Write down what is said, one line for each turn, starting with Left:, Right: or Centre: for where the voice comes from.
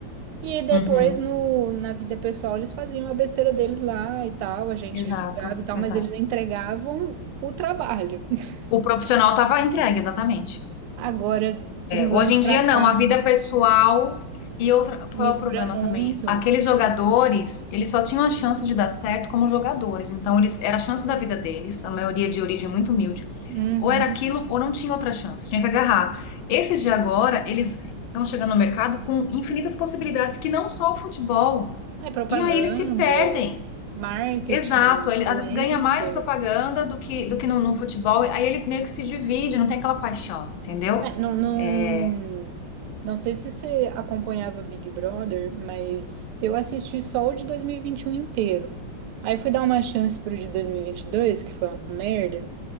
Right: e depois,
Left: Uhum.
Right: no, na vida pessoal, eles faziam a besteira deles lá e tal, a gente
Left: Exato,
Right: julgava e tal,
Left: exato.
Right: mas eles entregavam o trabalho. <laughs>
Left: O profissional tava entregue, exatamente.
Right: Agora, de uns
Left: Hoje
Right: anos
Left: em
Right: pra
Left: dia
Right: cá,
Left: não, a vida pessoal e outra,
Right: mistura
Left: qual é o problema
Right: muito.
Left: também? Aqueles jogadores, eles só tinham a chance de dar certo como jogadores, então eles era a chance da vida deles, a maioria de origem muito humilde.
Right: Uhum.
Left: Ou era aquilo ou não tinha outra chance, tinha que agarrar. Esses de agora, eles estão chegando no mercado com infinitas possibilidades que não só o futebol.
Right: É propaganda,
Left: E aí eles se perdem.
Right: marketing,
Left: Exato, ele
Right: influência.
Left: às vezes ganha mais de propaganda do que do que no, no futebol, aí ele meio que se divide, não tem aquela paixão, entendeu?
Right: É, não, não,
Left: É,
Right: não sei se você acompanhava Big Brother, mas eu assisti só o de dois mil e e vinte e um inteiro. Aí fui dar uma chance pro de dois mil e e vinte e dois que foi uma merda.